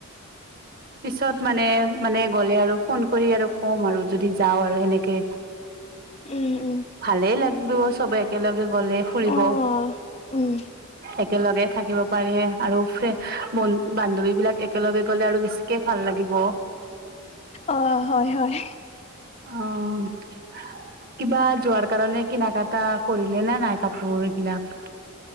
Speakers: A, on the right; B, on the left.
A: পিছত মানে মানে গ'লে আৰু ফোন কৰি আৰু ক'ম আৰু যদি যাওঁ আৰু সেনেকে।
B: উম উম
A: ভালে লাগিব চবে একেলগে গলে ফুৰিব।
B: অঁ উম
A: একেলগে থাকিব পাৰি আৰু ব বান্ধৱী বিলাক একেলগে গ'লে আৰু বেছি কে ভাল লাগিব।
B: অঁ হয় হয়
A: অঁ' কিবা যোৱাৰ কাৰণে কিনা কাটা কৰিলে নে নাই কাপোৰ এইবিলাক।